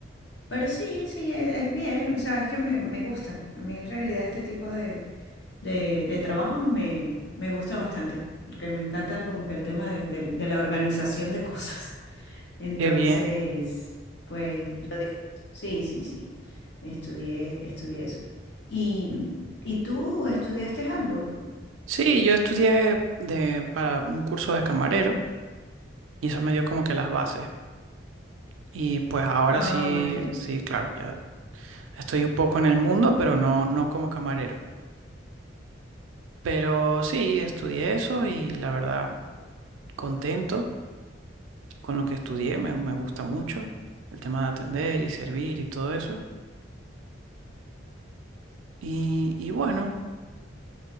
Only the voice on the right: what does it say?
Qué bien.
Sí, yo estudié de, para un curso de camarero y eso me dio como que las bases. Y pues ahora
sí,
sí, claro, ya estoy un poco en el mundo, pero no, no como camarero. Pero sí, estudié eso y la verdad, contento con lo que estudié, me, me gusta mucho el tema de atender y servir y todo eso. Y, y bueno,